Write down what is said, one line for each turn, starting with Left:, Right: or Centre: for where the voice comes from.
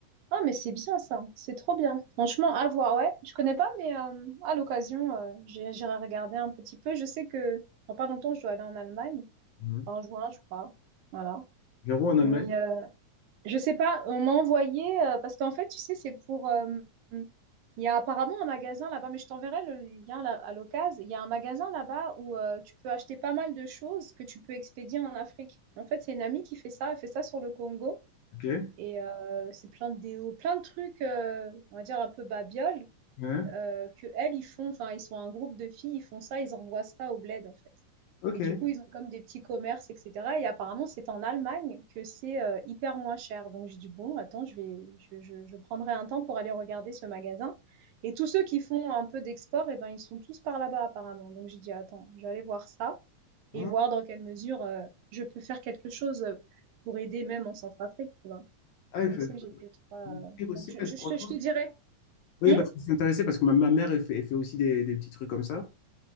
Right: Ah, mais c'est bien ça. C'est trop bien. Franchement, à voir. Ouais, je connais pas, mais euh, à l'occasion, euh, j'ai- j'irai regarder un petit peu. Je sais que dans pas longtemps, je dois aller en Allemagne.
Left: mhm.
Right: En juin, je crois. Voilà.
Left: 0 en Allemagne,
Right: Mais euh, je sais pas, on m'a envoyé, euh, parce qu'en fait, tu sais, c'est pour... euh, il y a apparemment un magasin là-bas, mais je t'enverrai le lien là- à l'occasion. Il y a un magasin là-bas où euh, tu peux acheter pas mal de choses que tu peux expédier en Afrique. En fait, c'est une amie qui fait ça, elle fait ça sur le Congo.
Left: ok.
Right: Et euh, c'est plein de déos, plein de trucs, euh, on va dire un peu babioles,
Left: Ouais.
Right: euh, que elles, ils font, enfin, ils sont un groupe de filles, ils font ça, ils envoient ça au bled, en fait.
Left: Ok.
Right: Et du coup, ils ont comme des petits commerces, etc. Et apparemment, c'est en Allemagne que c'est euh, hyper moins cher. Donc, j'ai dit, bon, attends, je vais, je, je- je prendrai un temps pour aller regarder ce magasin. Et tous ceux qui font un peu d'export, eh ben, ils sont tous par là-bas, apparemment. Donc, j'ai dit, attends, je vais aller voir ça et
Left: Ah,
Right: voir dans quelle mesure euh, je peux faire quelque chose euh, pour aider même en Centrafrique, tu vois.
Left: ah, il
Right: Je
Left: faut
Right: sais que j'ai plus de trois. euh,
Left: faut me dire aussi,
Right: Donc, je,
Left: ouais,
Right: je- je
Left: franchement.
Right: te je te dirai.
Left: Oui,
Right: Hmm
Left: parce que je suis intéressé parce que ma, ma mère, elle fait, elle fait aussi des, des petits trucs comme ça.